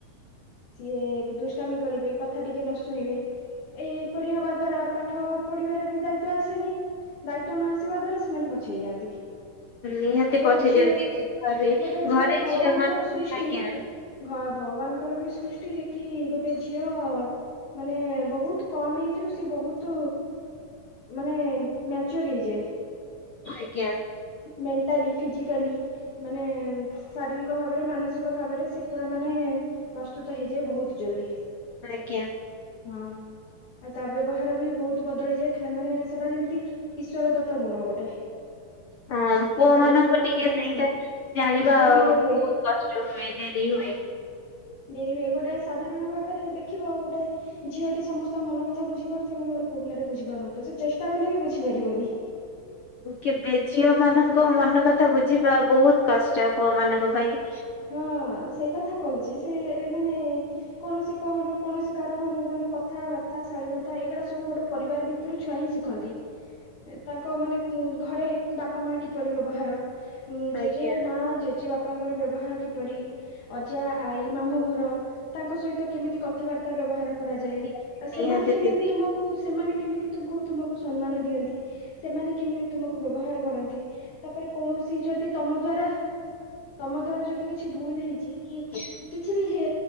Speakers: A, on the left (about 60°); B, on the left (about 85°).
A: ଟିକେ ଦୁଷ୍ଟାମି କରିବେ କଥା ଟିକେ ନ ଶୁଣିବେ ଏଇପରି ହବା ଦ୍ଵାରା ପା ପାଠ ପଢିବାରେ ବି ଦାୟୀତ୍ୱ ଆସେନି, ଦାୟୀତ୍ୱ ନ ଆସିବାଦ୍ଵାରା ସେମାନେ ପଛେଇଯାଆନ୍ତି।
B: ନିହାତି
A: ଆଉ ଗୋଟେ
B: ପଛେ
A: ଝିଅ,
B: ଯାଆନ୍ତି ଘରେ
A: ଗୋଟେ ଝିଅ
B: ଘରେ
A: ଭଗବାନଙ୍କର
B: ମାନେ
A: ସୃଷ୍ଟି।
B: ଆଜ୍ଞା
A: ଘ ଭଗବାନଙ୍କର ବି ସୃଷ୍ଟି ଯେକି ଗୋଟେ ଝିଅ। ମାନେ ବହୁତ୍ କମ ଏଜ୍ ରୁ ସେ ବହୁତ୍ ମାନେ ମ୍ୟାଚର ହେଇଯାଏ
B: ଆଜ୍ଞା
A: ମେଣ୍ଟାଲି ଫିଜିକାଲି ମାନେ ଶାରୀରିକ ଭାବରେ ମାନସିକ ଭାବରେ ସେ ପୁରା ମାନେ ପ୍ରସ୍ତୁତ ହେଇଯାଏ ବହୁତ ଜଲଦି ହଁ
B: ଆଜ୍ଞା
A: ଆଉ ତା ବ୍ୟବହାର ବି ବହୁତ ବଦଳି ଯାଇଥାଏ ମାନେ ସେଟା ଯେମିତି ଈଶ୍ଵର ଦତ ଗୁଣ ଗୋଟେ
B: ହଁ ପୁଅ
A: କିନ୍ତୁ
B: ମାନଙ୍କୁ
A: ଗୋଟେ ପାଖରେ
B: ଟିକେ ସେଇଟା
A: ନାହିଁ
B: ଜାଣିବା
A: ତ ଡେରିରେ
B: ଆଉ
A: ହୁଏ
B: ବହୁତ୍ କଷ୍ଟ ହୁଏ ଡେରି ହୁଏ
A: ହଁ ଡେରି ହୁଏ ଗୋଟେ ସାଧାରଣ ଭାବରେ ଦେଖିବ ଗୋଟେ ଝିଅଟି ସମସ୍ତଙ୍କ ମନ କଥା ବୁଝିପାରୁଥିବ କିନ୍ତୁ ଗୋଟେ ପୁଅ ପିଲାଟେ ବୁଝି ପାରୁନଥିବ ସେ ଚେଷ୍ଟା କଲେ ବି ବୁଝି ପାରିବନି
B: କେବେ ଝିଅ ମାନଙ୍କ ମନ କଥା ବୁଝିବା ବହୁତ କଷ୍ଟ ପୁଅ ମାନଙ୍କ ପାଇଁ
A: ହଁ ସେଇ କଥା କହୁଛି ସେ ମାନେ କୌଣସି କଣ କୌଣସି କାରଣରୁ ମାନେ କଥାବାର୍ତ୍ତା ଶାଳୀନତା ଏଇଗୁଡା ସବୁ ଗୋଟେ ପରିବାର ଭିତ ସେଥିରୁ ଛୁଆ ହିଁ ଶିଖନ୍ତି ତାଙ୍କ ମାନେ ଘରେ ବାପା ମା କିପରି ବ୍ୟବହାର ଜେଜେ
B: ଆଜ୍ଞା।
A: ମା ଜେଜେ ବାପାଙ୍କର ବ୍ୟବ ବ୍ୟବହାର କିପରି ଅଜା ଆଈ ମାମୁ ଘର ତାଙ୍କ ସହିତ କେମତି କଥାବାର୍ତ୍ତା ବ୍ୟବହାର କରାଯାଏ
B: ନିହାତି
A: ଆ ସେମାନେ
B: ନିହାତି
A: କେମିତି
B: ଦିଦି
A: ତୁମକୁ ସେମାନେ କେମିତି ତମକୁ ତୁମକୁ ସମ୍ମାନ ଦିଅନ୍ତି ସେମାନେ କେମିତି ତୁମକୁ ବ୍ୟବହାର କରନ୍ତି ତାପରେ କୌଣସି ଯଦି ତମ ଦ୍ଵାରା ତମ ଦ୍ଵାରା ଯଦି କିଛି ଭୁଲ ହେଇଛି କି
B: ଆମେ-
A: କିଛି ବି ହେ